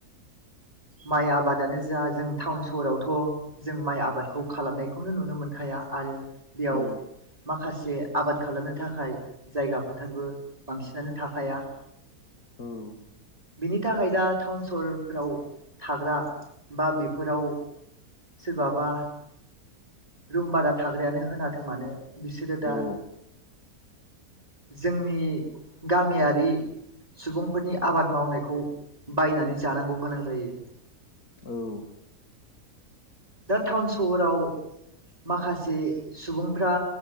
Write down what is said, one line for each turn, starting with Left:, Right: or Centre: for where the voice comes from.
Right: माइ आबादानो जा जों टाउन सहरावथ' जों माइ आबादखौ खालामनायखौनो नुनो मोनखाया आरो बेयाव
Left: औ
Right: माखासे आबाद खालामनो थाखाय जायगा फोथारबो बांसिनानो थाखायाया <unintelligible>
Left: औ
Right: बिनि थाखाय दा टाउन सहरफ्राव थाग्रा बा बेफोराव सोरबाबा रुम बारा थाग्रायानो होनाथों मानो बिसोरो दा
Left: औ
Right: जोंनि गामियारि सुबुंफोरनि आबाद मावनायखौ बायनानै जानांगौ गोनां जायो
Left: औ
Right: दा टाउन सहराव माखासे सुबुंफ्रा